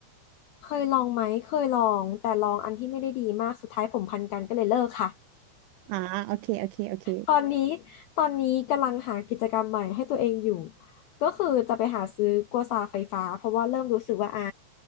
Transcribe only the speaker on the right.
อ่าโอเคโอเคโอเค